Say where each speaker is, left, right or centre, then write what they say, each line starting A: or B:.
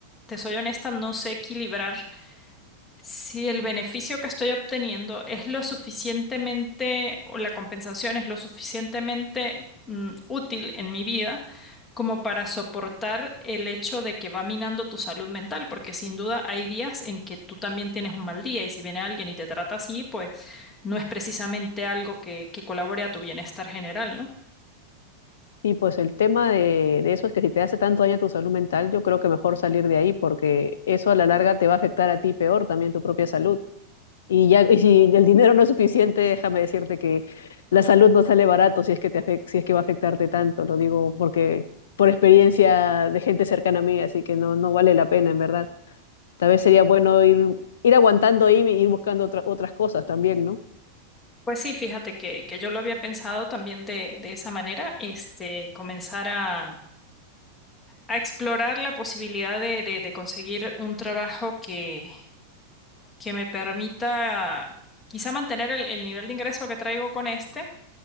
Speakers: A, on the left (about 15°); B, on the left (about 60°).
A: te soy honesta, no sé equilibrar si el beneficio que estoy obteniendo es lo suficientemente, o la compensación es lo suficientemente mm, útil en mi vida como para soportar el hecho de que va minando tu salud mental, porque sin duda hay días en que tú también tienes un mal día y si viene alguien y te trata así, pues no es precisamente algo que, que colabore a tu bienestar general, ¿no?
B: Y pues el tema de, de eso es que si te hace tanto daño tu salud mental, yo creo que mejor salir de ahí porque eso a la larga te va a afectar a ti peor también tu propia salud. Y ya, y si el dinero no es suficiente, déjame decirte que la salud no sale barato si es que te afec- si es que va a afectarte tanto, lo digo porque por experiencia de gente cercana a mí, así que no, no vale la pena en verdad. Tal vez sería bueno ir, ir aguantando ahí y ir buscando otra- otras cosas también, ¿no?
A: Pues sí, fíjate que, que yo lo había pensado también de, de esa manera, este, comenzar a a explorar la posibilidad de, de- de conseguir un trabajo que, que me permita quizá mantener el, el nivel de ingreso que traigo con este